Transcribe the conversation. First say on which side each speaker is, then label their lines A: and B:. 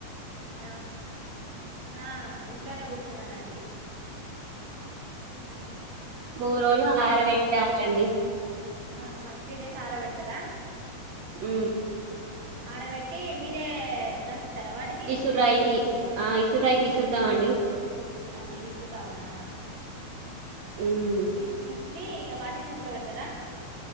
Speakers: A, on the right (about 50°); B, on the right (about 75°).
A: ఆహా ఆ ఇంట్లోనే కూసున్నానండి మ్ హు
B: మూ ర్రోలు ఆరవెట్ట ఇలాండి
A: ఆహా త్రీ డేస్ ఆరా పెడుతరా
B: హు
A: ఆరబెట్టి మీరే గ దంచుతారా వాటిని
B: ఇసురాయికి ఆ ఈసురైకి కిసుర్తమండి
A: ఆహా ఈసురల్నా
B: ఉమ్
A: హు ఇ ఇస్ శీ ఇగ వాటిని ఉడ్కబెడుతరా